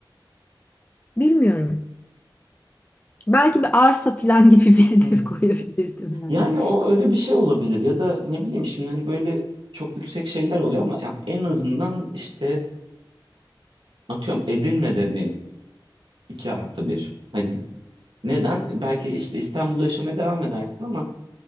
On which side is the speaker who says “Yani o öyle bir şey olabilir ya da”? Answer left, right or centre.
Right